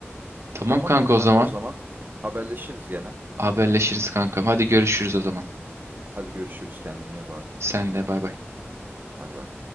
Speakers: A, on the right; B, on the right.
A: Tamam
B: Tamamdır
A: kanka
B: kanka
A: o zaman.
B: o zaman. Haberleşiriz gene.
A: Haberleşiriz kankam. Hadi görüşürüz o zaman.
B: Hadi görüşürüz kendine iyi bak.
A: Sen de bay bay.
B: Bay bay.